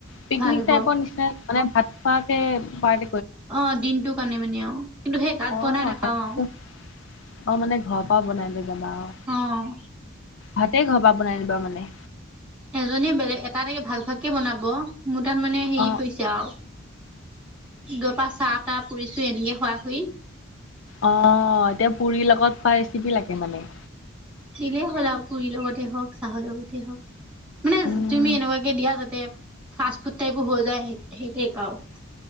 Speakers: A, on the left; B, in the centre.
A: পিকনিক
B: ভাল হ'ব।
A: টাইপৰ নিচিনা মানে ভাত খোৱাকে পাৰট
B: অ' দিনটো কাৰণে মানে আৰু কিন্তু সেই তাত
A: অ
B: বনাই নাখাও
A: তাকেতো।
B: আৰু।
A: অ' মানে ঘৰৰ পৰাও বনাই লৈ যাবা অ,
B: অহ,
A: ভাতে ঘৰ পৰা বনাই নিবা মানে?
B: এজনীয়ে বেলেগ এটা এটাকে ভাগ-ভাগকে বনাব মোৰ তাত মানে হেৰি
A: অ
B: কৰিছে আৰু। গৰ পৰা চাহ তাহ পুৰিছোঁ এনেকৈ খোৱা খুই।
A: অ' এতিয়া পুৰি লগত পোৱা ৰেচিপি লাগে মানে?
B: দিলেই হ'ল আৰু পুৰিৰ লগতে হওক, চাহৰ লগতে হওক। মানে
A: উম
B: তুমি এনেকুৱাকে দিয়া যাতে ফাষ্ট ফুড টাইপো হৈ যায় সেই টাইপ আও।